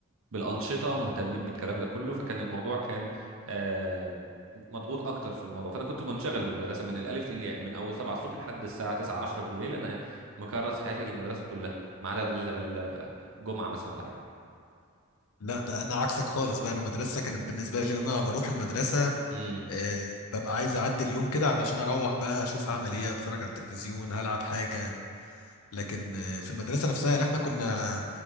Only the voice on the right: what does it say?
بالانشطه مهتمين بالكلام ده كله فكان الموضوع كان آه، مضغوط اكتر في الموضوع فانا كنت منشغل بالمدرسه من الالف للياء من اول 7 الصبح لحد الساعه 9 10 بالليل انا مكرس حياتي للمدرسه كلها ما عدا ال- ال- الجمعه مثلا ولا حاجه
امم